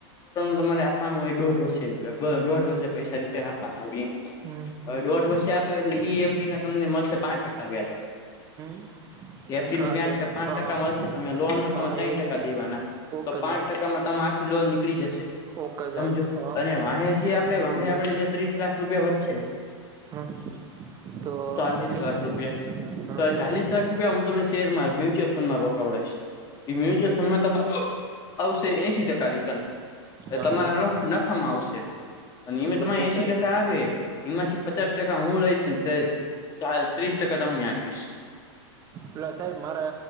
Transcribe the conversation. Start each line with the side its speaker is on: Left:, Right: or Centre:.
Left: <inaudible> તમારે આપવાનું હોય દોઢ વર્ષે રૂપિયા, <unintelligible> દોઢ વર્ષે પૈસા રિટર્ન આપવાના હોય બેંકને.
Right: હમ
Left: હવે દોઢ વર્ષે આપે એટલે ઈ એફ ડી ના તમને મળશે પાંચ ટકા વ્યાજ.
Right: <inaudible>
Left: એફડી નું પેમેન્ટ
Right: સાહેબ
Left: તો પાંચ
Right: હા
Left: ટકા મળશે તમે લોનમાં તમે
Right: હા
Left: ત્રણ
Right: એ
Left: ટકા
Right: રીતે
Left: દેવાના
Right: ઓકે
Left: તો પાંચ
Right: સાહેબ
Left: ટકામાં તમાર ખી લોન નીકળી જશે.
Right: ઓકે સાહેબ
Left: સમજો
Right: હા
Left: અને વાહે જે આપડે
Right: સમજી
Left: વાહે આપડે જે ત્રીસ લાખ રૂપિયા વધશે
Right: ગયો તો
Left: ચાલીસ
Right: એનું
Left: લાખ
Right: શું
Left: રૂપિયા
Right: હા
Left: તો
Right: હા
Left: ચાલીસ લાખ રૂપિયા હું તમને શેરમાં મા મ્યુચ્યુલ ફંડમાં રોકાવડાઈશ, એ મ્યુચ્યુઅલ ફંડમાં તમારો આવશે એશી ટકા રિટર્ન
Right: હા
Left: એ તમારા
Right: સાહેબ
Left: નુફ નફામાં આવશે અને એમે તમારે
Right: એટલે
Left: એશી
Right: સાહેબ
Left: ટકા આવે એમાંથી પચાસ ટકા હું લઈશને તે તા ત્રીસ ટકા તમને આપીશ.
Right: પ્લે સાહેબ મારે